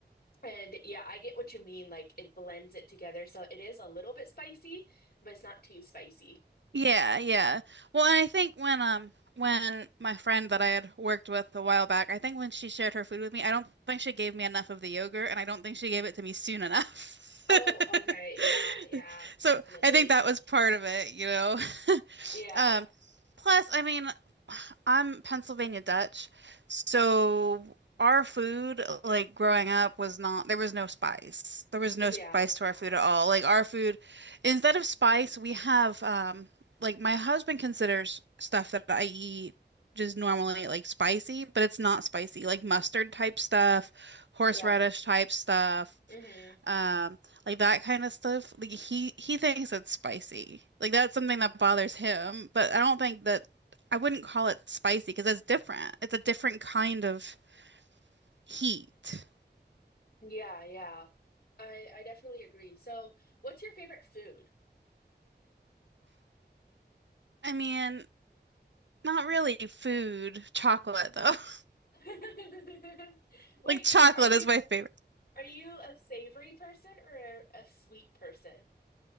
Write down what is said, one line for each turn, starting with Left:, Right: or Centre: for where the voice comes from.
Left: And yeah, I get what you mean. Like it blends it together. So it is a little bit spicy, but it's not too spicy.
Right: Yeah, yeah. Well, and I think when um when my friend that I had worked with a while back, I think when she shared her food with me, I don't think she gave me enough of the yogurt and I don't think she gave it to me soon enough.
Left: Oh, okay.
Right: <laughs>
Left: Yeah, yeah,
Right: So
Left: definitely.
Right: I think that was part of it, you know. <laughs>
Left: Yeah.
Right: Um plus I mean I'm Pennsylvania Dutch, so our food, like growing up, was not, there was no spice. There was no
Left: Yeah.
Right: spice to our food at all. Like our food, instead of spice, we have, um, like my husband considers stuff that I eat just normally like spicy, but it's not spicy, like mustard type stuff, horseradish
Left: Yeah.
Right: type stuff,
Left: hmm
Right: um, like that kind of stuff. Like he he thinks it's spicy. Like that's something that bothers him, but I don't think that. I wouldn't call it spicy because it's different. It's a different kind of heat.
Left: Yeah, yeah. I I definitely agree. So, what's your favorite food?
Right: I mean, not really food, chocolate though. <laughs>
Left: <laughs> Wait,
Right: Like chocolate
Left: do, are you
Right: is my favorite.
Left: are you a savory person or a, sweet person?